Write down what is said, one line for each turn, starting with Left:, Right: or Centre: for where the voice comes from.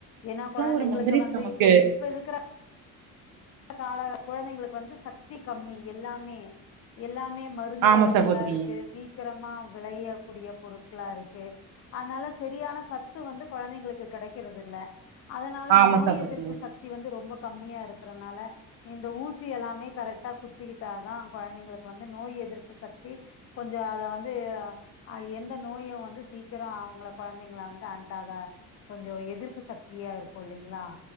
Left: ஏன்னா கொழந்தைங்களுக்கு
Right: ஒரு மெமரிஸ்
Left: வந்து
Right: நமக்கு
Left: இப்ப இப்ப இருக்கிற கால கொழந்தைங்களுக்கு வந்து சக்தி கம்மி எல்லாமே எல்லாமே மறு மருந்து
Right: ஆமா
Left: வகைகளா
Right: சகோதரி
Left: இருக்கு சீக்கிரமா வெளைய கூடிய பொருட்களா இருக்கு அதனால சரியான சத்து வந்து கொழந்தைங்களுக்கு கெடைக்கறது இல்ல அதனால
Right: ஆமா
Left: நோய்
Right: சகோதரி
Left: எதிர்ப்பு சக்தி வந்து ரொம்ப கம்மியா இருக்கிறனால இந்த ஊசி எல்லாமே கரெக்டா குத்திக்கிட்டாதா கொழந்தைங்களுக்கு வந்து நோய் எதிர்ப்பு சக்தி கொஞ்சோ அத வந்து அ எந்த நோயு வந்து சீக்கிரோ அவங்கள கொழந்தைங்கள வந்து அண்டாதா கொஞ்சோ எதிர்ப்பு சக்தியா இருக்கு இல்லைங்களா